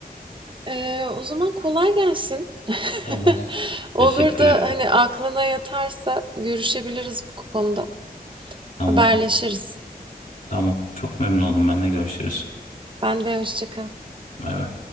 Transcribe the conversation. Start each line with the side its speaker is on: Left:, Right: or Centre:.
Right: Eee, o zaman kolay gelsin. <laughs>
Left: Tamam.
Right: Olur
Left: Teşekkür
Right: da
Left: ettim.
Right: hani aklına yatarsa görüşebiliriz bu konuda.
Left: Tamam.
Right: Haberleşiriz.
Left: Tamam. Çok memnun oldum. Benle görüşürüz.
Right: Ben de hoşça kal.
Left: Bay bay.